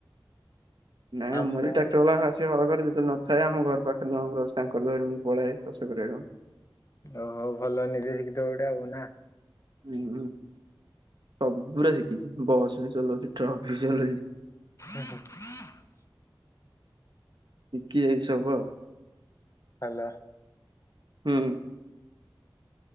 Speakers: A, on the right; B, on the left.
A: ନାଇଁ
B: ଆମ
A: ଆମର ଟ୍ରାକ୍ଟର ବାଲା ଖା କି ହଳ ଘର ଯେତେବେଳେ ନଥାଏ, ଆମ ଘର ପାଖରେ ଜଣଙ୍କର ଅଛି ତାଙ୍କର ଧରି ମୁଁ ପଳାଏ ଚାଷ କରିବାକୁ।
B: ଓହୋ ଭଲ ନିଜେ ଶିଖିଥିବ ଗୋଟେ ଆଉ ନା।
A: ହୁଁ ହଁ ସବୁୁରା ଶିଖିଛି ବସ୍ ବି ଚଲାଉଛି ଟ୍ରକ ବି ଚଲଉ
B: <inaudible>
A: କି ଏଇସବୁ ଆଉ।
B: ହେଲା।
A: ହୁଁ।